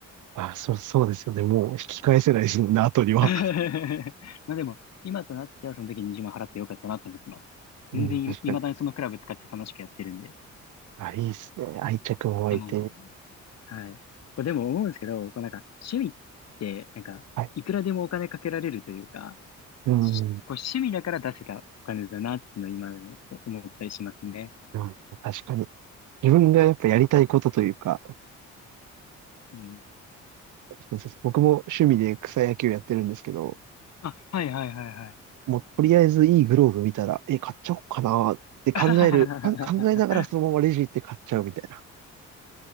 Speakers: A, on the right; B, on the left.
A: あ、そう、そうですよね。もう引き返せないですもんね、後には。
B: <laughs> まあでも、今となってはその時20万払ってよかったなと思ってます。
A: うん、
B: 全然い、
A: 確かに。
B: 未だにそのクラブ使って楽しくやってるんで。
A: あ、いいですね。愛着も湧いて。
B: でも、はい。これでも思うんですけど、こうなんか趣味って、なんか、
A: はい。
B: いくらでもお金かけられるというか、
A: うん、
B: しこう趣味だから出せたお金だなっていうのを今でも思ったりしますね。
A: うん、確かに。自分がやっぱやりたいことというか、
B: うん。
A: 確かにそうです僕も趣味で草野球やってるんですけど、
B: あ、はいはいはいはい。
A: もうとりあえずいいグローブ見たら、え、買っちゃおうかなって考える、
B: <laughs>
A: か考えながらそのままレジ行って買っちゃうみたいな。